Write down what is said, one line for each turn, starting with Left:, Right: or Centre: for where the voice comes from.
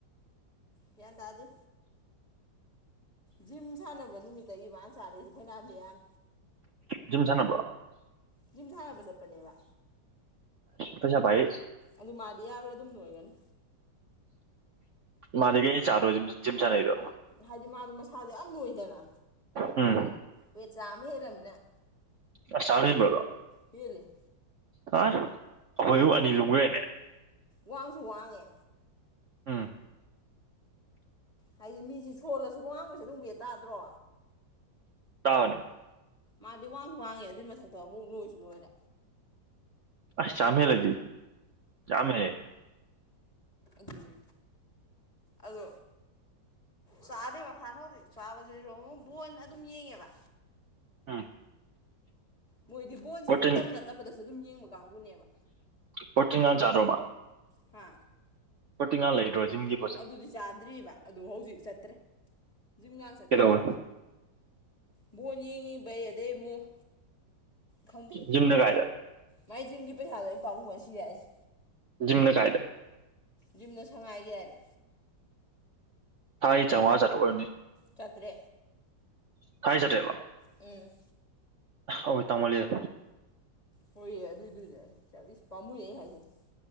Left: ꯒ꯭ꯌꯥꯟ ꯇꯗꯦ ꯖꯤꯝ ꯁꯥꯟꯅꯕ ꯅꯨꯃꯤꯠꯇꯒꯤ ꯏ ꯃꯥꯅ ꯆꯥꯔꯁꯤ ꯐꯅꯥꯃꯤꯌꯥꯝ
Right: ꯖꯤꯝ ꯁꯅꯕ꯭ꯔꯣ
Left: ꯖꯤꯝ ꯁꯥꯟꯅꯕ ꯆꯠꯄꯅꯦꯕ
Right: ꯄꯩꯁ ꯄꯥꯏꯔꯤ
Left: ꯑꯗꯨ ꯃꯥꯗꯤ ꯌꯥꯔꯣꯏ ꯑꯗꯨꯝ ꯅꯣꯏꯒꯅꯤ
Right: ꯃꯥꯗꯤ ꯀꯩ ꯆꯥꯗ꯭ꯔꯣ ꯖꯤꯝ ꯁꯥꯟꯅꯩꯗꯣ
Left: ꯍꯥꯏꯗꯤ ꯃꯥꯗꯣ ꯃꯁꯥꯗꯣ ꯌꯥꯝ ꯂꯣꯏꯗꯅ
Right: ꯎꯝ
Left: ꯍꯋꯦꯠ ꯆꯥ ꯑꯃ ꯍꯦꯔꯝꯃꯤꯅ
Right: ꯑꯁ ꯆꯥꯝ ꯍꯦꯟꯕ꯭ꯔꯦꯗꯣ
Left: ꯍꯦꯜꯂꯤ
Right: ꯑ ꯑꯩꯈꯣꯏ ꯑꯅꯤ ꯂꯨꯝꯈ꯭ꯔꯦꯅꯦ
Left: ꯋꯥꯡꯁꯨ ꯋꯥꯡꯉꯦ
Right: ꯎꯝ
Left: ꯍꯥꯏꯗꯤ ꯃꯤꯁꯤ ꯁꯣꯜꯂꯁꯨ ꯋꯥꯡꯕꯁꯦ ꯑꯗꯨꯝ ꯋꯦꯠ ꯇꯥꯗ꯭ꯔꯣ
Right: ꯇꯥꯕꯅꯦ
Left: ꯃꯥꯗꯤ ꯋꯥꯡꯁꯨ ꯋꯥꯡꯉꯦ ꯑꯗꯨꯏ ꯃꯊꯛꯇ ꯑꯃꯨꯛ ꯅꯣꯏꯁꯨ ꯅꯣꯏꯔꯦ
Right: ꯑꯁ ꯆꯥꯝꯍꯦꯜꯂꯗꯤ ꯆꯥꯝꯃꯦ ꯍꯦ
Left: ꯑꯗꯨꯅꯤ ꯑꯗꯣ ꯆꯥꯗꯦꯕ ꯍꯥꯟꯅ ꯍꯧꯖꯤꯛ ꯆꯥꯕꯁꯤ ꯑꯃꯨꯛ ꯕꯣꯟꯅ ꯑꯗꯨꯝ ꯌꯦꯡꯉꯦꯕ
Right: ꯎꯝ
Left: ꯃꯣꯏꯗꯤ ꯕꯣꯟꯁꯦ
Right: ꯄ꯭ꯔꯣꯇꯤꯟ
Left: ꯃꯇꯝ ꯅꯠꯇꯕꯗꯁꯨ ꯑꯗꯨꯝ ꯌꯦꯡꯕ ꯀꯥꯡꯕꯨꯅꯦꯕ
Right: ꯄ꯭ꯔꯣꯇꯤꯟꯒ ꯆꯥꯗ꯭ꯔꯣ ꯕ
Left: ꯍꯥ
Right: ꯄꯣꯇꯤ ꯉꯥ ꯂꯩꯗ꯭ꯔꯣꯖꯤꯝꯒꯤ
Left: ꯑꯗꯨꯗꯤ ꯆꯥꯗ꯭ꯔꯤꯑꯕ ꯑꯗꯨ ꯍꯧꯖꯤꯛ ꯆꯠꯇ꯭ꯔꯦ ꯖꯤꯝꯒꯥ ꯆꯠꯇꯦ
Right: ꯀꯩꯗꯧꯕ
Left: ꯃꯥ ꯕꯣꯟ ꯌꯦꯡꯉꯤꯕꯩ ꯑꯗꯩ ꯑꯃꯨꯛ ꯈꯪꯗꯦ
Right: ꯖꯤꯝꯅꯒꯥꯏꯗ
Left: ꯃꯥꯏ ꯖꯤꯝꯒꯤ ꯄꯩꯁꯥꯗꯣ ꯑꯩ ꯄꯥꯝꯃꯨꯕꯅ ꯁꯤꯔꯦ ꯌꯥꯏꯁꯦ
Right: ꯖꯤꯝꯅ ꯀꯥꯏꯗ
Left: ꯖꯤꯝꯅ ꯁꯉꯥꯏꯒꯤꯔ ꯍꯥꯏꯗ
Right: ꯊꯥꯒꯤ ꯆꯧꯉꯥ ꯆꯇ꯭ꯔꯨꯛ ꯑꯣꯏꯔꯝ ꯅꯤ
Left: ꯆꯥꯇ꯭ꯔꯦꯠ
Right: ꯊꯥꯒꯤ ꯆꯥꯇ꯭ꯔꯦꯠ ꯂꯣ
Left: ꯎꯝ
Right: ꯑꯗꯨꯗꯤ ꯇꯥꯡꯃꯜꯂꯤꯗ
Left: ꯍꯣꯏꯌꯦ ꯑꯗꯨꯏꯗꯨꯅ‌ꯦ ꯆꯠꯂꯤꯁ‌ꯦ ꯄꯥꯝꯃꯨꯏ ꯌ‌ꯦ ꯑꯩꯅ ꯍꯥꯏꯁꯤꯅ‌ꯦ